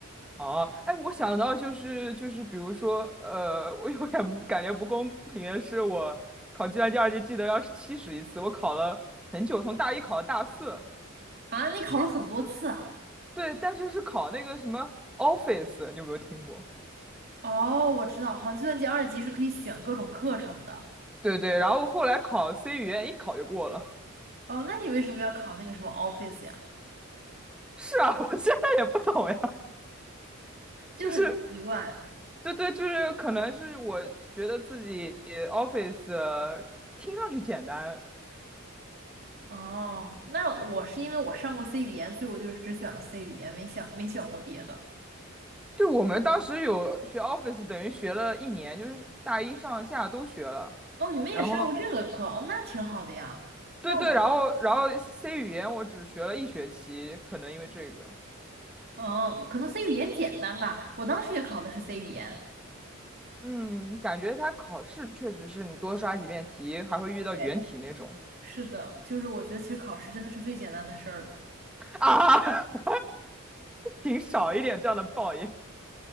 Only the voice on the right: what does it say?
啊，你考了很多次啊？
哦，我知道，好像计算机二级是可以选各种课程的。
哦，那你为什么要考那个什么 Office 呀？
就很奇怪。
哦，那我是因为我上过 C 语言，所以我就是只选了 C 语言，没想没选过别的。
哦，你们也上过这个课，
哦，那挺好的呀。
那我，
嗯，可能 C 语言简单吧，我当时也考的是 C 语言。
对，是的，就是我觉得其实考试真的是最简单的事儿了。